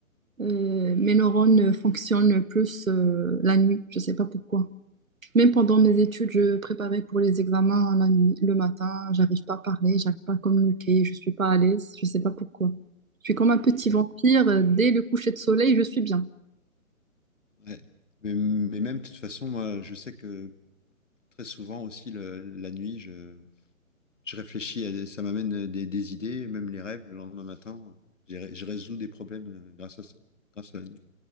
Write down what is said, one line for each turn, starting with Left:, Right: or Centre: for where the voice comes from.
Right: Euh, mes neurones fonctionnent plus euh, la nuit, je sais pas pourquoi. Même pendant mes études, je préparais pour les examens la nuit, le matin, j'arrive pas à parler, j'arrive pas à communiquer, je suis pas à l'aise, je sais pas pourquoi. Je suis comme un petit
Left: Ouais.
Right: vampire, euh, dès le coucher de soleil, je suis bien.
Left: Ouais. Mais, mais même, de toute façon, moi, je sais que très souvent aussi, le- la nuit, je, Je réfléchis à des- ça m'amène euh, des, des idées, même les rêves, le lendemain matin, j'ai ré- je résous des problèmes euh, grâce à ça, grâce à la nuit.